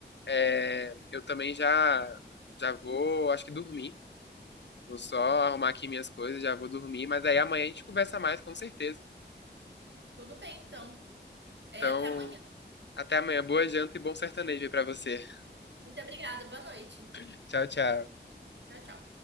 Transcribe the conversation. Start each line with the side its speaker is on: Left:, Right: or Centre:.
Left: É, eu também já já vou, acho que dormir. Vou só arrumar aqui minhas coisas, já vou dormir. Mas aí amanhã a gente conversa mais, com certeza.
Right: Tudo bem, então. É,
Left: Então,
Right: até amanhã.
Left: até amanhã. Boa janta e bom sertanejo aí pra você.
Right: Muito obrigada, boa noite.
Left: <laughs> Tchau, tchau.
Right: Tchau, tchau.